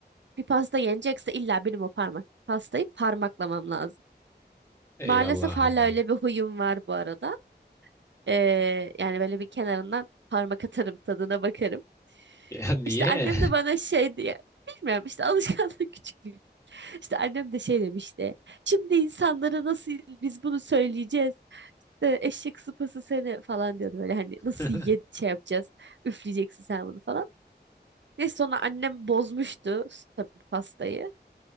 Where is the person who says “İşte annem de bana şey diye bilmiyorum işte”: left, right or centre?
Right